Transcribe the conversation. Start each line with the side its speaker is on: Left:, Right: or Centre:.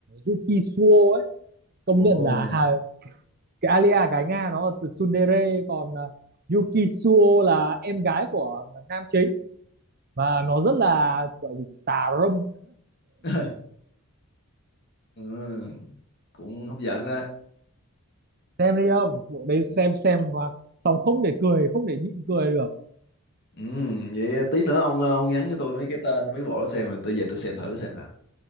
Right: Yuki Suo ấy công
Left: Ồ.
Right: nhận là hà, cái Alia gái Nga nó là từ tsundere còn ờ, Yuki Suo là em gái của nam chính và nó rất là gọi gì tà râm
Left: <laughs> ừ, cũng hấp dẫn đó
Right: xem đi không bộ đấy xem xem mà xong không để cười không để nhịn cười được
Left: ừ, vậy tí nữa ông ờ, ông nhắn cho tôi mấy cái tên mấy cái bộ đó xem rồi tôi về tôi xem thử xem nào